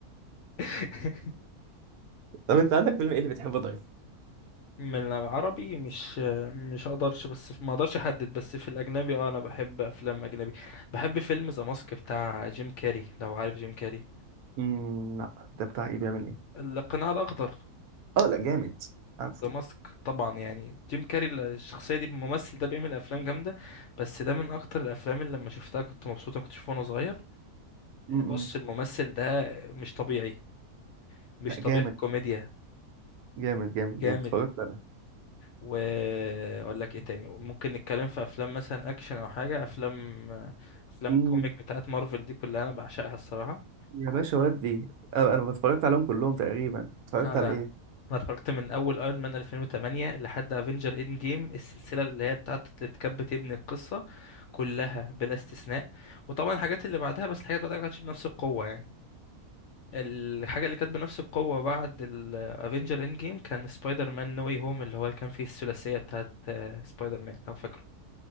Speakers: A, on the left (about 65°); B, on the right (about 75°).
A: <laughs>
B: طب انت عندك فيلم ايه اللي بتحبه طيب؟
A: من العربي مش مش اقدرش بس ما اقدرش احدد بس في الاجنبي اه انا بحب افلام اجنبي بحب فيلم ذا ماسك بتاع جيم كاري لو عارف جيم كاري
B: مم، لا ده بتاع ايه بيعمل ايه
A: القناع الاخضر
B: اه لا جامد عارفه
A: ذا ماسك طبعا يعني جيم كاري الشخصيه دي الممثل ده بيعمل افلام جامده بس ده من اكتر الافلام اللي لما شفتها كنت مبسوط انا كنت شوفه وانا صغير
B: م-م.
A: بص الممثل ده مش طبيعي مش
B: لا
A: طبيعي
B: جامد
A: في الكوميديا
B: جامد جامد
A: جامد
B: جامد اتفرجت انا
A: واقول لك ايه تاني ممكن نتكلم في افلام مثلا اكشن او حاجه افلام افلام
B: م.
A: كوميك بتاعت مارفل دي كلها انا بعشقها الصراحه
B: يا باشا ودي انا أنا اتفرجت عليهم كلهم تقريبا اتفرجت
A: انا
B: على ايه
A: انا اتفرجت من اول ايرون مان 2008 لحد افنجر اند جيم السلسله اللي هي بتاعت اللي كانت بتبني القصه كلها بلا استثناء وطبعا الحاجات اللي بعدها بس الحاجات اللي بعدها ما كانتش بنفس القوه يعني الحاجه اللي كانت بنفس القوه بعد الافنجر اند جيم كان سبايدر مان نو واي هوم اللي هو اللي كان فيه الثلاثيه بتاعت آه، سبايدر مان لو فاكره